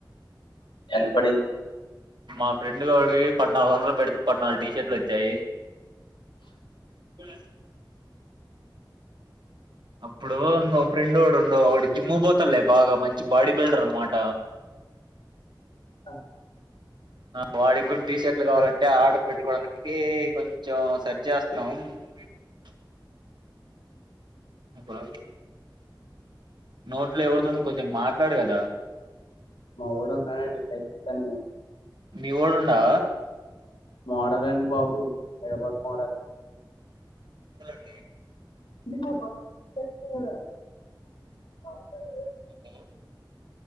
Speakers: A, on the left; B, on the right.
A: ఎన్ పడి
B: మా ఫ్రెండ్ దొగొడిది పద్నాలుగొందలు పెడితే పద్నాలుగు టీ షర్ట్లు వచ్చాయి జులాసి అప్పుడు మ ఫ్రెండోడుండు వాడు జిమ్ముగు పోతాడులే బాగా మంచి బాడీ బిల్డర్ అన్మాట <unintelligible>
A: అ
B: <inaudible> ఆ వాడికి గుడ టీ షర్ట్లు కావాలంటే ఆర్డర్ పెట్టుకోవడానికి కొంచెం సర్చ్ చేస్తన్నాము <unintelligible> ముంగుడల్ నోట్లో ఎవడుదన్న కొంచెం మాట్లాడు గదా
A: మా వోడు మ్యానుపెత్తమో
B: మీ ఓడుండా
A: మోడల్ అండి బాబు హైదరాబాద్ మోడల్
B: గలగై
A: <inaudible>
B: నకై